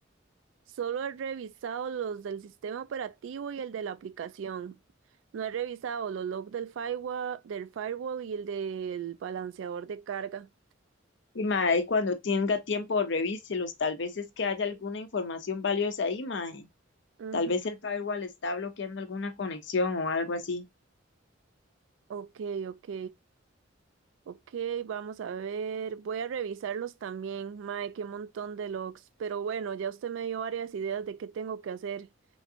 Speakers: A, on the right (about 75°); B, on the left (about 60°).
A: Solo he revisado los del sistema operativo y el de la aplicación. No he revisado los logs del firewall, del firewall y el del balanceador de carga.
B: Y mae, cuando tenga tiempo, revíselos. Tal vez es que haya alguna información valiosa ahí, mae.
A: Ujú.
B: Tal vez el firewall está bloqueando alguna conexión o algo así.
A: Ok, ok, ok, vamos a ver. Voy a revisarlos también. Mae, qué montón de logs. Pero bueno, ya usted me dio varias ideas de qué tengo que hacer.